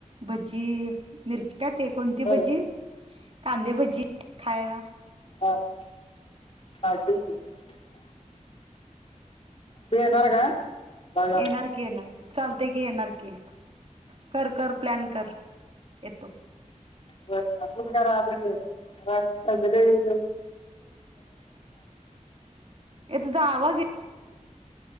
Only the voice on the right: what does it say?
भज्जी, मिर्ची का ते कोणती
भजी, कांदे भजी खायला
येणार की येणार. चालते की येणार की कर, कर, प्लॅन कर येतो
ए तुझा आवाज येत